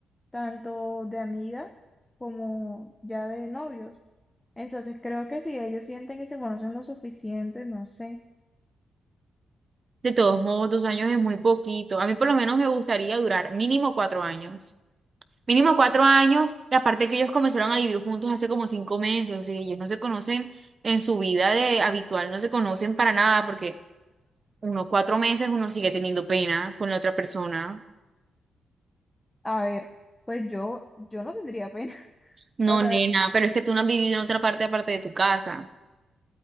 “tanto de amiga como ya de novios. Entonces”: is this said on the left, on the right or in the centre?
Left